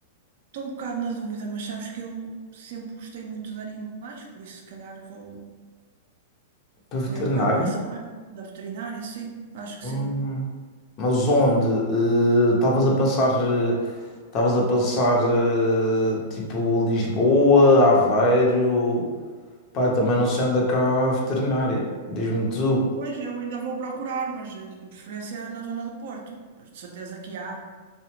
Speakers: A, on the right (about 60°); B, on the left (about 35°).
A: estou um bocado na dúvida, mas sabes que eu sempre gostei muito de animais, por isso se calhar vou,
B: Para veterinária?
A: vou ir um bocado para essa área, da veterinária, sim, acho que
B: Hum,
A: sim.
B: Mas onde? Eh, Estavas a pensar, eh, estavas a pensar eh, tipo Lisboa, Aveiro? Pá, também não sei onde é que há a veterinária. Diz-me tu.
A: Pois, eu ainda vou procurar, mas eh, de preferência na zona do Porto, mas de certeza que há.